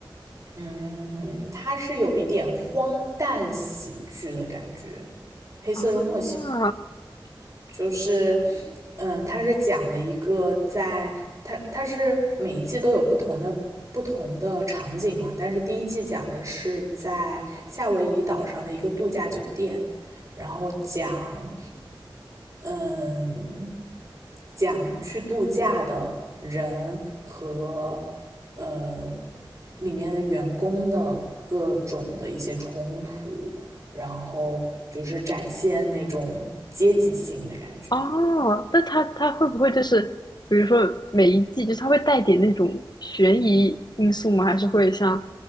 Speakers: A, on the right; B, on the left.
A: 嗯，它是有一点荒诞喜剧的感觉，黑色幽默喜剧，
B: 啊
A: 就是，嗯，它是讲的一个在它它是每一季都有不同的不同的场景嘛，但是第一季讲的是在夏威夷岛上的一个度假酒店，然后讲嗯，讲去度假的人和呃里面的员工的各种的一些冲突，然后就是展现那种阶级性的感觉。
B: 哦，那它它会不会就是，比如说每一季，就是它会带点那种悬疑因素吗？还是会像